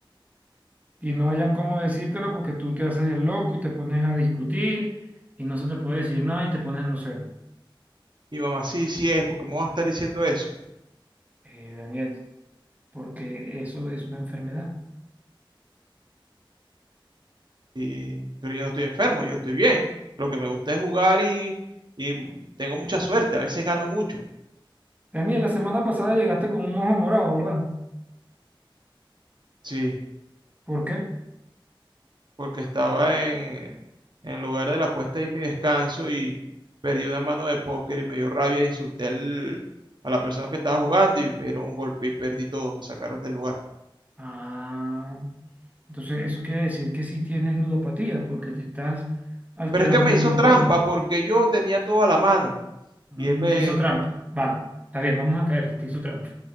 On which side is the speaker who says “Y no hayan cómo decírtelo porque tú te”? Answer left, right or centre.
Right